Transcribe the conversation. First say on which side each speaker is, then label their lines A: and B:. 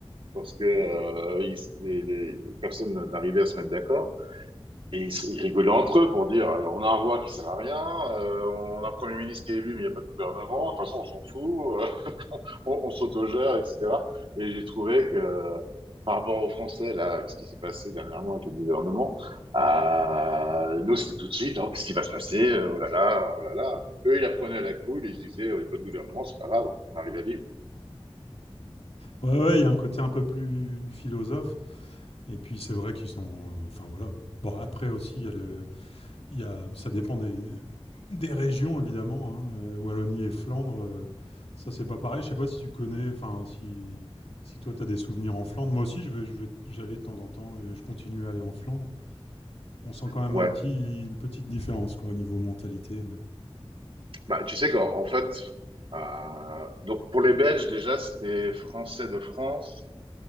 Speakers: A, on the right; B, on the left.
A: parce que euh, ils- les, les- personne n'arrivait à se mettre d'accord. Et ils, ils rigolaient entre eux pour dire alors, on a un roi qui sert à rien, euh, on a un premier ministre qui est élu, mais il n'y a pas de gouvernement, de toute façon, on s'en fout, euh, on, on s'autogère, etc. Et j'ai trouvé que euh, par rapport aux Français, là, ce qui s'est passé dernièrement avec le gouvernement, euh, nous, c'était tout de suite oh, qu'est-ce qui va se passer euh, Oh là là, oh là là. Eux, ils apprenaient à la couille, ils se disaient oh, il n'y a pas de gouvernement, c'est pas grave, on arrive à vivre.
B: ouais, ouais, il y a un côté un peu plus philosophe. Et puis c'est vrai qu'ils sont, euh, enfin voilà. Bon, après aussi, il y a le- Il y a, ça dépend des, des régions, évidemment. hein. Euh, Wallonie et Flandre, euh, ça, c'est pas pareil. Je sais pas si tu connais, enfin, si, si toi, tu as des souvenirs en Flandre. Moi aussi, je vais- je vais- j'allais de temps en temps et je continue à aller en Flandre. On sent quand même
A: Ouais,
B: un petit, une petite différence, quoi, au niveau mentalité.
A: Bah, tu sais qu'en en fait, euh, donc pour les Belges, déjà, c'était Français de France.